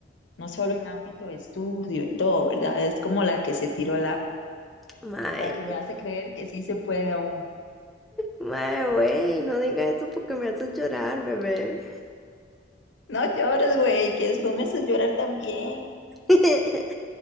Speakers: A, on the left (about 80°); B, in the centre.
A: no solo en ámbito de estudio y todo, ¿verdad? Es como la que se tiró el agua.
B: Mae,
A: la que me hace creer que sí se puede aún.
B: mae, güey, no diga eso porque me haces llorar, bebé.
A: No llores, güey, que después me haces llorar también.
B: <laughs>